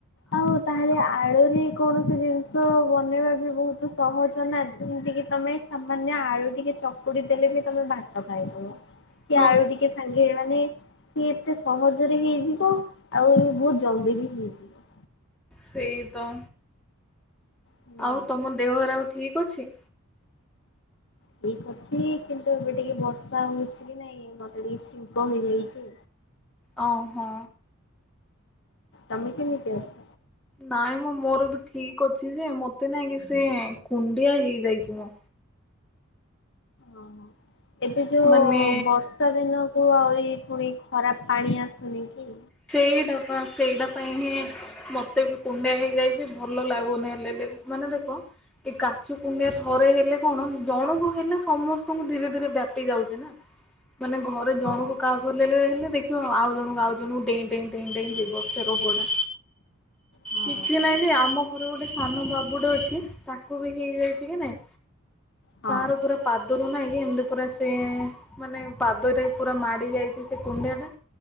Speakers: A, on the left; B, in the centre.
A: ଆଉ ତାହେଲେ ଆଳୁରେ କୌଣସି ଜିନିଷ ବନେଇବା ବି ବହୁତ ସହଜ ନା ଯେମିତିକି ତୁମେ ସାମାନ୍ୟ ଆଳୁ ଟିକେ ଚକୁଡି ଦେଲେ ବି ତମେ ଭାତ ଖାଇଦବ
B: ହଁ <inaudible>
A: କି ଆଳୁ ଟିକେ ସାଙ୍ଗେ ମାନେ କି ଏତେ ସହଜରେ ହେଇଯିବ ଆଉ ବହୁତ ଜଲଦି ବି ହେଇଯିବ
B: ସେଇ ତ
A: ହୁଁ
B: ଆଉ ତମ ଦେହରେ ଆଉ ଠିକ ଅଛି
A: ଠିକ ଅଛି କିନ୍ତୁ ଏବେ ଟିକେ ବର୍ଷା ହଉଛି କି ନାଇଁ ମତେ ଟିକେ ଛିଙ୍କ ହେଇଯାଇଛି।
B: ଓ ହୋ
A: ତମେ କେମିତି ଅଛ?
B: ନାଇଁ ମୁଁ ମୋର ବି ଠିକ ଅଛି ଯେ ମତେ ନାଇକି ସେ କୁଣ୍ଡିଆ ହେଇଯାଇଛି ମ।
A: ଓହ ଏବେ ଯୋଉ
B: ମାନେ
A: ବର୍ଷା ବର୍ଷା ଦିନକୁ ଆହୁରି ପୁଣି ଖରାପ ପାଣି ଆସୁନି କି
B: ସେଇଟା ପା ସେଇଟା ପାଇଁ ହିଁ ମତେ ବି କୁଣ୍ଡେଇ ହେଇଯାଇଛି ଭଲ ଲାଗୁନି ହେଲେ ହେଲେ ମାନେ ଦେଖ ଏଇ କାଛୁ କୁଣ୍ଡିଆ ଥରେ ହେଲେ କଣ ଜଣଙ୍କୁ ହେଲେ ସମସ୍ତଙ୍କୁ ଧୀରେ ଧୀରେ ବ୍ୟାପି ଯାଉଛେ ନା ମାନେ ଘରେ
A: ହଁ
B: ଜଣକୁ କାହାକୁ ହେଲେ ଲେ ହେଲେ ଦେଖିବ ଆଉ ଜଣଙ୍କୁ ଆଉ ଜଣଙ୍କୁ ଡେଇଁ ଡେଇଁ ଡେଇଁ ଡେଇଁ ସେ ରୋଗଟା
A: ହଁ।
B: କିଛି ନାଇଁ ଯେ ଆମ ଘର ଗୋଟେ ସାନ ବାବୁଟେ ଅଛି ତାକୁ ବି ହେଇଯାଇଛି କି ନାଇଁ
A: ହଁ
B: ତାର ପୁରା ପାଦରୁ ନାଇଁ କି ଏମିତି ପୁରା ସେ ମାନେ ପାଦରେ ପୁରା ମାଡି ଯାଇଛି ସେ କୁଣ୍ଡିଆ ଟା